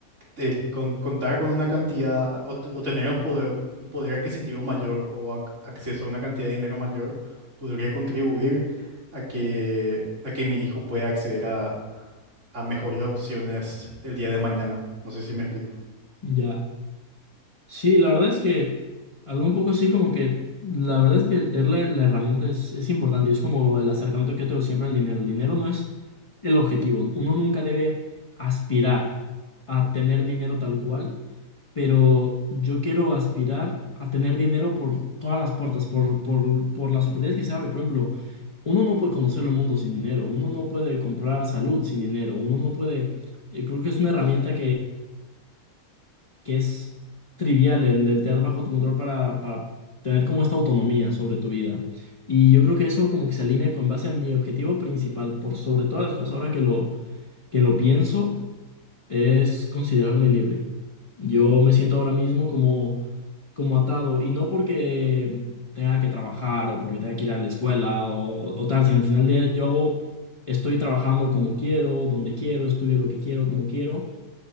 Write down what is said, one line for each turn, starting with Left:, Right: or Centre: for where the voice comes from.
Right: eh, con- contar con una cantidad o, t- o tener un poder, un poder adquisitivo mayor o ac- acceso a una cantidad de dinero mayor podría contribuir a que, a que mi hijo pueda acceder a, a mejores opciones el día de mañana. No sé si me explico.
Left: Ya. Sí, la verdad es que algo un poco así como que, la verdad es que el tener la, la herramienta es, es importante y es como el acercamiento que yo tengo siempre al dinero. El dinero no es el objetivo. Uno nunca debe aspirar a tener dinero tal cual, pero yo quiero aspirar a tener dinero por todas las puertas, por, por, por las oportunidades que se abren. Por ejemplo, uno no puede conocer el mundo sin dinero, uno no puede comprar salud sin dinero, uno no puede... Yo creo que es una herramienta que es trivial el, el tener bajo tu control para, para tener como esta autonomía sobre tu vida. Y yo creo que eso como que se alinea con base a mi objetivo principal, por sobre todas las cosas, ahora que lo, que lo pienso, es considerarme libre. Yo me siento ahora mismo como, como atado, y no porque tenga que trabajar o porque tenga que ir a la escuela o, o tal, sino al final del día yo hago, estoy trabajando como quiero, donde quiero, estudio lo que quiero, como quiero,